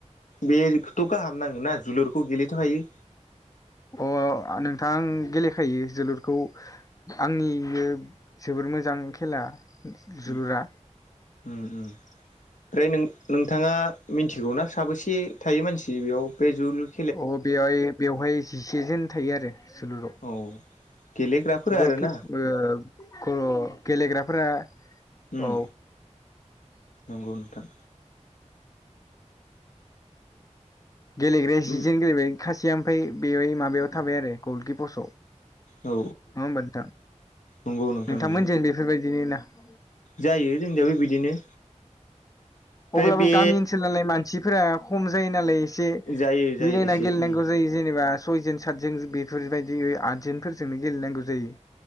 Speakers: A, on the left; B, on the left.
A: बेखौथ' गाहाम खालामनांगोना जोलुरखौ गेलेनोथ' हायो
B: अ' आ नोंथां गेलेखायो जोलुरखौ आंनिबो जोबोर मोजां खेला जोलुरा
A: उम उम उम ओमफ्राय नों नोंथाङा मिथिगौ ना साबेसे थायो मानसि बेयाव बे जुलुर
B: अ' बेवहाय बेवहाय जिसेजोन थायो आरो जुलुराव
A: औ गेलेग्राफोरा
B: गलकिप
A: आरोना
B: ओ ख' <unintelligible> गेलेग्राफोरा
A: उम
B: औ
A: नंगौ नोंथां
B: गेलेग्राया जिसेजन
A: उम
B: गेलेबाय खासिया ओमफ्राय बे माबायाव थाबाय आरो गलकि पसआव
A: औ
B: नङा होमबा नोंथां
A: नंगौ नोंथां
B: नोंथांमोनजों
A: नंगौ
B: बेफोरबायदिनि ना ‌।
A: जायो जोंनिबो बिदिनो। ओमफ्राय
B: अब्लाबो
A: बे
B: गामि ओनसोल नालाय मानसिफोरा खम जायो नालाय एसे
A: जायो जायो
B: मिलायना
A: एसे
B: गेलेनांगौ
A: उम
B: जायो। जेनेबा सयजन सातजन बेफोरबायदि आदजनफोरजोंनो गेलेनांगौ जायो।